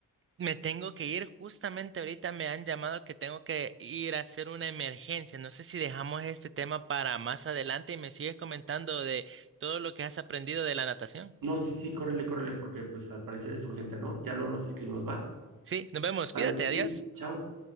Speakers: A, on the right; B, on the right.
A: me tengo que ir. Justamente ahorita me han llamado que tengo que ir a hacer una emergencia. No sé si dejamos este tema para más adelante y me sigues comentando de todo lo que has aprendido de la natación.
B: No, sí, sí, córrele, córrele, porque pues al parecer es urgente, ¿no? Ya luego nos escribimos, va.
A: Sí, nos vemos.
B: Vale,
A: Cuídate,
B: sí,
A: adiós.
B: chao.